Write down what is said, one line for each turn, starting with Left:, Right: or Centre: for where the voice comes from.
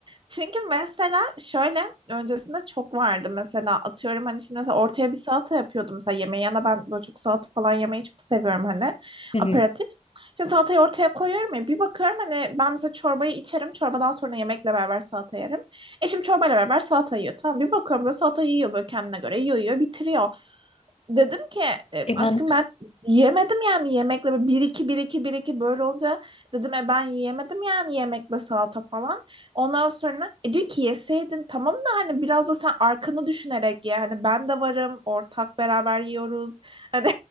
Right: Çünkü mesela şöyle öncesinde çok vardı mesela atıyorum hani şimdi mesela ortaya bir salata yapıyordum mesela yemeğe yana ben böyle çok salata falan yemeyi çok seviyorum hani
Left: Hı
Right: aperatif.
Left: hı.
Right: Şimdi salatayı ortaya koyuyorum ya bir bakıyorum hani ben mesela çorbayı içerim çorbadan sonra yemekle beraber salata yerim. Eşim çorbayla beraber salata yiyor tamam bir bakıyorum böyle salata yiyor böyle kendine göre yiyor yiyor bitiriyor. Dedim ki "E,
Left: E
Right: aşkım
Left: bana
Right: ben yiyemedim yani yemekle böyle 1 2 1 2 1 2 böyle olunca dedim e ben yiyemedim yani yemekle salata falan. Ondan sonra e, diyor ki yeseydin tamam da hani biraz da sen arkanı düşünerek ye. Hani ben de varım ortak beraber yiyoruz. Hani